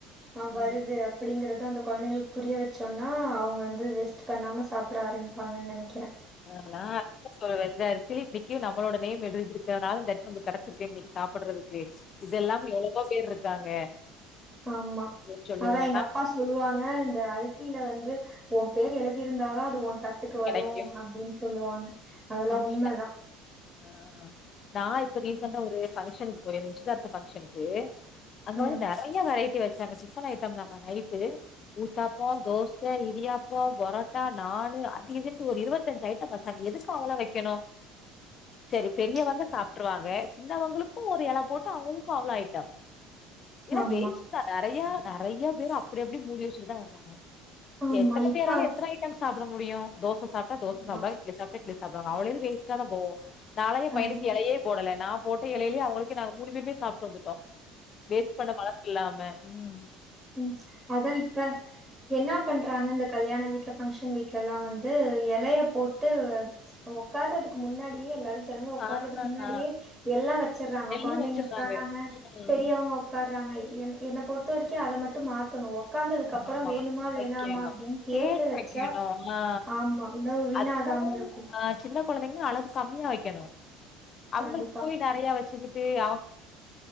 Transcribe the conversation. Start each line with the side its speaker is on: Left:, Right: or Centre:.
Right: அ வருது
Left: ம்
Right: அப்டிங்கறது அந்த கொழந்தைங்களுக் புரிய வச்சோன்னா அவுங்க வந்து வேஸ்ட் பண்ணாம சாப்ட ஆரம்பிப்பாங்கன் நெனக்கிற
Left: ஆ நா <inaudible> சொல்றது <unintelligible> இன்னிக்கு நம்மளோட நேம் எழுதியிருக்கனால இந்த எடத்து நம்முளுக் கெடைச்சிருக்கே இன்னிக் சாப்பட்றதுக்கு இதெல்லாம் எவ்ளவோ பேர் இருக்காங்க
Right: ஆம்மா
Left: அப்டின்னு சொல்லுவே
Right: அதா எங்க
Left: ஆ
Right: அப்பா சொ சொல்லுவாங்க இந்த அரிசியில வந்து ஒ பேர் எழுதியிருந்தாதா அது ஒ தட்டுக்கு
Left: கெடைக்கு
Right: வரு அப்டின் சொல்லுவாங்க அதெல்லா
Left: உண்மைதா
Right: உண்மதா
Left: ஆ நா இப்ப ரீசண்டா
Right: ம்,
Left: ஒரு பங்க்ஷனுக்கு போய் நிச்சயதார்த்த பங்க்ஷனுக்கு அங்க
Right: ம்.
Left: வந்து நெறைய வெரைட் ட்டு வெச்சாங்க டிஃபன் ஐட்டம்தாமா நைட்டு ஊத்தாப்போ தோச இடியாப்போ பொரோட்டா நானு அது இதுண்டு ஒரு இருபத்தஞ் ஐட்டோ வெச்சாங்க எதுக்கு அவ்ளோ வெகுக்கணு செரி பெரியவங்க
Right: கண்டிப்பா.
Left: சா ட்ருவாங்க சின்னவங்களுக்கு ஒரு எல போட்டு அவுங்குளுக்கு அவ்ளோ ஐட்டோ எல்லா
Right: ஆமா,
Left: வேஸ்ட் தா நெறைய நெறைய பேரு அப்டி அப்டி மூடி வெச்சுட் தா வந்தாங்க
Right: ஆமா.
Left: எத்தன
Right: இப்ப
Left: பேரால எத்தன ஐட் டம் சாப்ட முடியு தோச சாப்டா தோச
Right: ஆமா,
Left: சாப்டுவாங் இட்லி சாப்டா இட்லி சாப்டுவாங் அவ்ளோ இது வேஸ்டா தா போகு நாலா எ
Right: கண்டிப்பா.
Left: பையனுக்கு எலையே போடல நா போட்ட எலையிலயு அவங்களுக்கே நாங்க மூணு பேருமே சாப்ட்டு வந்துட்டோ வேஸ்ட் பண்ண மனஸ் இல்லாம உம்
Right: உம் அதா இப்ப என்னா பண்றாங்க இந்த கல்யாண வீட்ல பங்க்ஷன் வீட்ல எல்லா வந்து எலைய போட்டு ஒக்காறதுக் முன்னாடியே எல்லாரு ஜனங்க ஒக்காறதுக்
Left: ஆ ஆ
Right: முன்னாடியே எல்லா வெச்சறாங்க
Left: எல்லா
Right: கொழந்தைங்க
Left: வச்சிருந்தாங்க
Right: ஒக்காறாங்க
Left: ம்
Right: பெரியவங்க ஒ ஒக்காறாங்க என் என்ன பொறுத்த வரைக்கு அத மட்டு மாத்தணு ஒக்காந்ததுக்கு அப்பறோ
Left: ஆமா
Right: வேணுமா வேணாமா
Left: வைக்கணும்
Right: அப்டின் கேட்டு வெச்சா
Left: வைக்கணும் ஆ
Right: ஆம்மா உணவு வீண
Left: அதுவும்
Right: ஆகாம இருக்கு
Left: ஆ சின்ன கொழந்தைங்கனா அளவு கம்மியா வெக்கணு அவுங்குளுக்
Right: கண்டிப்பா.
Left: போய் நெறைய வெச்சுக்கிட்டு அவுங்